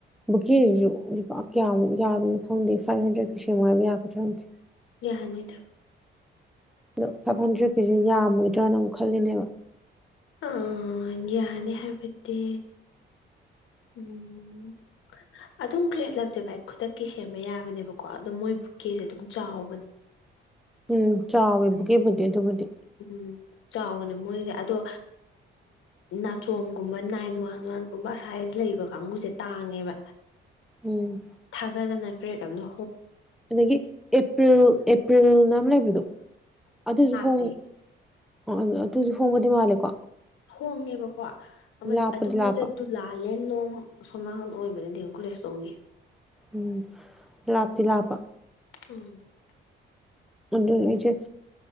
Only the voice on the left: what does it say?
ꯌꯥꯍꯅꯤꯗ
ꯑ ꯌꯥꯅꯦꯦ ꯍꯥꯏꯕꯠꯇꯗꯤ ꯎꯝ ꯑꯗꯨꯝ ꯀꯔꯠꯂꯕꯇꯦ ꯚꯥꯏ ꯈꯨꯗꯛꯀꯤ ꯁꯦꯝꯕ ꯌꯥꯕꯅꯦꯕꯀꯣ ꯑꯗꯨꯝ ꯃꯣꯏ ꯕꯨꯛꯀꯤꯦꯁꯦ ꯑꯗꯨꯝ ꯆꯥꯎꯕꯅꯦ
ꯎꯝ ꯆꯥꯎꯕꯅꯦ ꯃꯣꯏꯁꯦ ꯑꯗꯣ ꯅꯥꯆꯣꯡꯒꯨꯝꯕ ꯅꯥꯏꯟ ꯋꯥꯟ ꯋꯥꯟꯒꯨꯝꯕ ꯑꯁꯥꯏ ꯂꯩꯕ ꯀꯥꯡꯕꯨꯁꯦ ꯇꯥꯡꯉꯦꯕ
ꯊꯥꯖꯗꯅ ꯀ꯭ꯔꯦꯗꯝꯅꯣ
ꯊ
ꯍꯣꯡꯉꯦꯕꯀꯣ
ꯑꯗꯨ
ꯃꯣꯏꯗ ꯗꯨꯂꯥꯂꯦꯟꯂꯣꯡ ꯎ ꯁꯣꯝ ꯅꯥꯍꯥꯟ ꯑꯣꯏꯕꯅꯤꯗꯤ ꯀꯣꯂꯦꯖ ꯇꯣꯡꯒꯤꯦ
ꯎꯝ